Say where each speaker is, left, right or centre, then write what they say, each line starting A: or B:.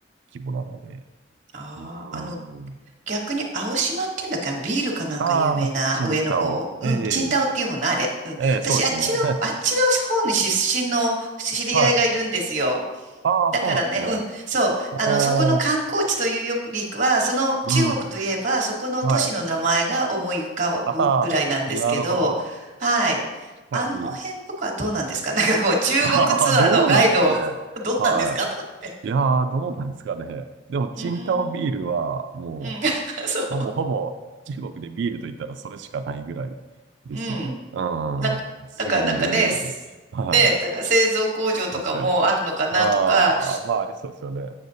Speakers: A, on the right; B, on the right.
A: 規模なので、
B: ああ、
A: うーん。
B: あの、逆に青島っていうんだっけ、あの、ビールかなんか有名な上の方。
A: ああ、チンタオ。
B: うん。
A: ええ、
B: チンタオっていうもの、あれ。うん。
A: ええ、
B: 私、
A: そうですね。
B: あっちの、
A: <laughs>
B: あっちの方に出身の知り合いがいるんですよ。
A: はい。ああ、
B: だからね、
A: そうなんですね。
B: うん、そう、
A: おー、
B: あの、そこの観光地というよりかは、その中国といえば、
A: うん。
B: そこの都市の名前が思い浮かぶぐらいなんですけど、
A: はい。ああ、なるほど。
B: はい。
A: 確かに。
B: あの辺とかどうなんですか <laughs> なんかこう、中国ツアーのガイド、
A: ああ、どうなんですかね。
B: どうなんですかとか言って。
A: はい。いやー、どうなんですかね。でも、チンタオビールは、
B: うーん、
A: も
B: うん、<laughs> そう、
A: う、ほぼほぼ中国でビールと言ったらそれしかないぐらいですよね。
B: うん。
A: う
B: なんか、
A: ん。すごい有名ですよ。
B: だからなんかね、すね、
A: はい。
B: だから製造工場とかもあるのかなとか、
A: 確かに。ああ、まあありそうですよね。